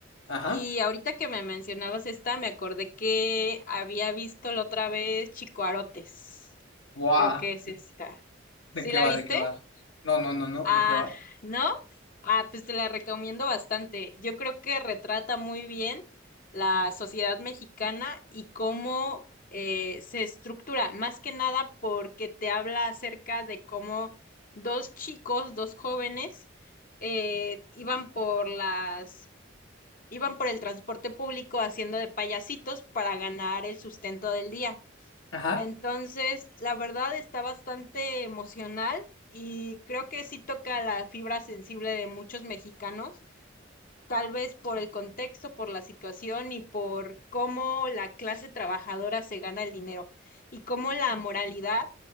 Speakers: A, on the left; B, on the left.
A: Ajá.
B: Y ahorita que me mencionabas esta, me acordé que había visto la otra vez Chicoarotes.
A: Guau.
B: Creo que es esta. ¿Sí
A: ¿De qué
B: la
A: va?
B: viste?
A: ¿De qué va? No, no, no, no.
B: Ah,
A: ¿De qué va?
B: ¿no? Ah, pues te la recomiendo bastante. Yo creo que retrata muy bien la sociedad mexicana y cómo eh, se estructura, más que nada porque te habla acerca de cómo dos chicos, dos jóvenes, eh, iban por las, iban por el transporte público haciendo de payasitos para ganar el sustento del día.
A: Ajá.
B: Entonces, la verdad está bastante emocional y creo que sí toca la fibra sensible de muchos mexicanos, tal vez por el contexto, por la situación y por cómo la clase trabajadora se gana el dinero y cómo la moralidad